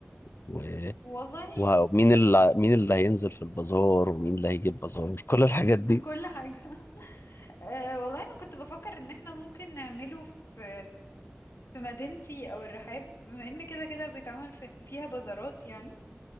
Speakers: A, on the left; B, on the left.
A: و...
B: والله
A: ومين اللي مين اللي هينزل في البازار ومين اللي هيجي البازار <laughs> كل الحاجات
B: <laughs>
A: دي
B: كل حاجة أه والله انا كنت بفكر ان احنا ممكن نعمله في في مدينتي او الرحاب بما ان كده كده بيتعمل في فيها بازارات يعني